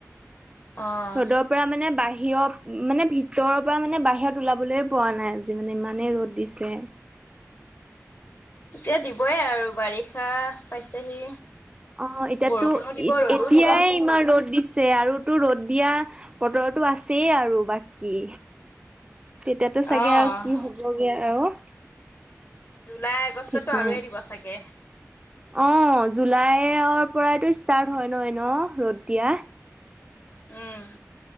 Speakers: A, on the left (about 45°); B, on the right (about 20°).
A: অ',
B: ৰদপ পৰা মানে বাহিৰত মানে ভিতৰৰ পৰা মানে বাহিৰত ওলাবলৈ পোৱা নাই আজি মানে ইমানে ৰ'দ। দিছে।
A: এতিয়া দিবই আৰু বাৰিষা পাইছেহি।
B: অ এতিয়াতো
A: বৰষুণো দিব ৰ'দো
B: এতিয়াই
A: দিব
B: ইমান ৰ'দ দিছে আৰু তো ৰ'দ দিয়া বতৰতো আছেই আৰু বাকী। তেতিয়াতো চাগে
A: অ'।
B: আৰু কি হ'বগে আৰু।
A: জুলাই আগষ্টতো
B: ঠিক
A: আৰুয়ে
B: নাই।
A: দিব চাগে।
B: অ জুলাইৰ পৰাইতো ষ্টাৰ্ট হয় ন ন ৰ'দ দিয়া।
A: উম!